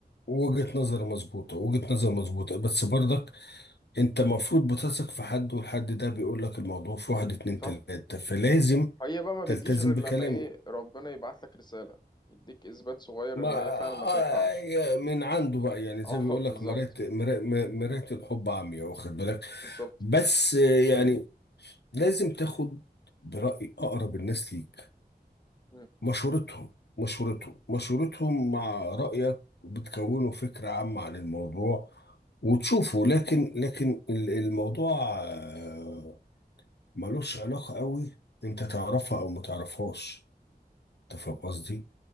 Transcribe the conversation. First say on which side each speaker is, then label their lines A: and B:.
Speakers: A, on the left; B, on the left.
A: وجهة نظر مظبوطة وجهة نظر مظبوطة بس برضك انت المفروض بتثق في حد والحد ده بيقول لك الموضوع في واحد اتنين
B: صح
A: تلاتة فلازم
B: هي بقى ما بتجيش
A: تلتزم
B: غير
A: بكلامه
B: لما ايه ربنا يبعت لك رساله يديك اثبات صغير
A: ما
B: ان
A: آه،
B: هي فعلا ما تنفعش
A: يا- من عنده بقى يعني
B: اه
A: زي ما بيقول لك
B: بالظبط
A: مرات مرا- مرات الحب عمياء واخد بالك
B: بالظبط
A: بس آه، يعني لازم تاخد برأي أقرب الناس ليك
B: مم،
A: مشورتهم مشورتهم مشورتهم مع رأيك بتكونوا فكرة عامة عن الموضوع وتشوفوا لكن لكن ال- الموضوع آه، ملوش علاقة قوي انت تعرفها او ما تعرفهاش انت فاهم
B: مم،
A: قصدي